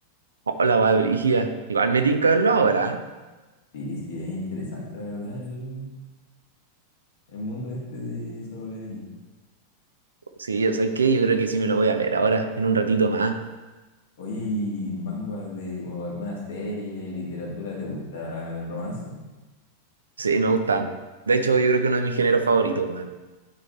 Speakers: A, on the right; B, on the left.
A: Hola, weá, brígida. Igual me tinca verlo ahora. ¿eh?
B: Sí, sí, es interesante la verdad el, el mundo este de Solo Leveling.
A: Sí, o sea, que yo creo que sí me lo voy a ver ahora, en un ratito más.
B: Oye, ¿y manga de, o alguna serie, literatura, te gusta el romance?
A: Sí, me gustan. De hecho, yo creo que uno de mis géneros favoritos, weón.